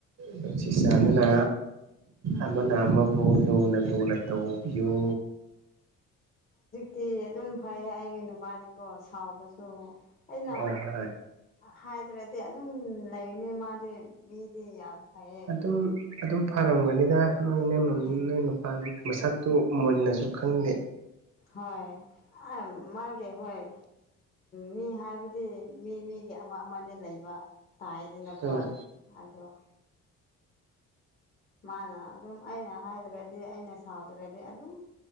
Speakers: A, on the right; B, on the left.
A: ꯅꯨꯡꯁꯤ ꯆꯥꯟꯅꯅ
B: ꯎꯝ
A: ꯑꯃꯅ ꯑꯃꯕꯨ ꯂꯨ ꯅꯥ ꯂꯨꯅ ꯇꯧꯕꯤꯌꯨ
B: ꯇꯤ ꯑꯗꯨꯝ ꯐꯩ ꯑꯩꯒꯤ ꯅꯨꯄꯥꯗꯤꯀꯣ ꯁꯥꯎꯕꯁꯨ ꯑꯩꯅ
A: ꯍꯣꯏ ꯍꯣꯏ
B: ꯍꯥꯏꯗ꯭ꯔꯗꯤ ꯑꯗꯨꯝ ꯂꯩꯅꯤ ꯃꯥꯗꯤ ꯃꯤꯗꯤ ꯌꯥꯝ ꯐꯩꯌꯦ
A: ꯑꯗꯨꯝ ꯑꯗꯨꯝ ꯐꯔꯝꯒꯅꯤꯗ ꯅꯣꯏ <inaudible>
B: ꯎꯝ
A: ꯅꯣꯏ ꯅꯨꯄꯥꯅꯤ ꯃꯁꯛꯇꯨ ꯃꯨꯟꯅꯁꯨ ꯈꯪꯗꯦ
B: ꯍꯣꯏ ꯑ ꯃꯥꯒꯤꯦ ꯍꯣꯏ ꯃꯤ ꯍꯥꯏꯕꯗꯤ ꯃꯤ ꯃꯤ ꯒꯤ ꯑꯃ ꯑꯃꯗꯤ ꯂꯩꯕ ꯇꯥꯏꯗꯅꯀꯣ
A: ꯍꯣꯏ
B: ꯑꯗꯣ ꯃꯥꯅ ꯑꯗꯨꯝ ꯑꯩꯅ ꯍꯥꯏꯗ꯭ꯔꯗꯤ ꯑꯩꯅ ꯁꯥꯎꯗ꯭ꯔꯗꯤ ꯑꯗꯨꯝ